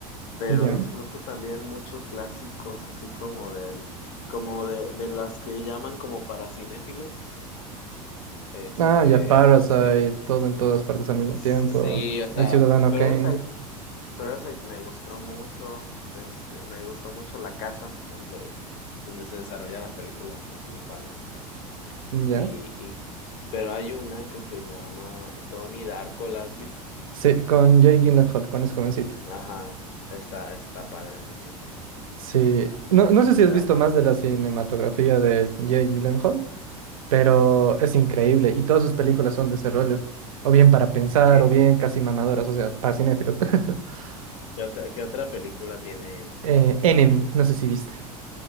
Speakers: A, on the left; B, on the right.
A: pero
B: Ya.
A: disfruto también mucho clásicos, así como del, como de, de las que llaman como para cinéfilos. Este,
B: Ah, ya Parasite,
A: no sé,
B: todo en todas partes al mismo
A: s-
B: tiempo.
A: sí, o sea,
B: El Ciudadano
A: Parasite,
B: Kane,
A: Parasite me gustó mucho, este, me gustó mucho la casa donde, donde se desarrolla la película, es muy padre esa casa.
B: ya.
A: Y, y, pero hay una que se llama Donnie Darko, ¿la has visto?
B: Sí, con Jake Gyllenhaal, cuando es jovencita
A: Ajá, está, está padre esa película.
B: Sí, no, no sé si
A: Está
B: has visto
A: padre.
B: más de la cinematografía de Jake Gyllenhaal, pero es increíble y todas sus películas son de ese rollo. O bien para pensar,
A: ¿Qué,
B: o bien casi mamadoras, o sea, para cinéfilos. <laughs>
A: qué otra, qué otra película tiene él?
B: Eh,
A: No, no
B: Enemy,
A: sé.
B: no sé si viste.